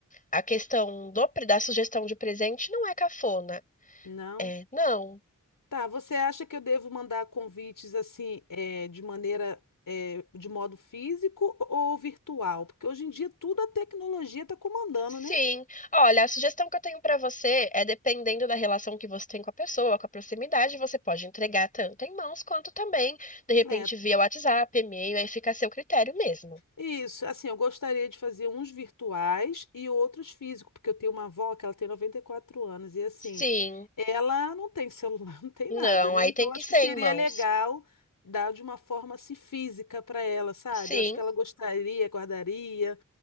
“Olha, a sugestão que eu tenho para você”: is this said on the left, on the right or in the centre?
Left